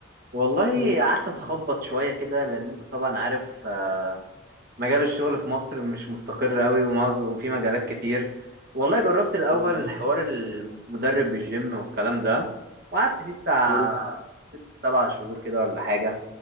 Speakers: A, on the right; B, on the left.
A: والله
B: مم.
A: قعدت اتخبط شويه كده لان انت طبعا عارف آه، مجال الشغل في مصر مش مستقر قوي ومعظ- وفي مجالات كتير والله جربت الاول
B: مم.
A: حوار المدرب بالجيم والكلام ده وقعدت فيه بتاع
B: حلو
A: ست سبع شهور كده ولا حاجه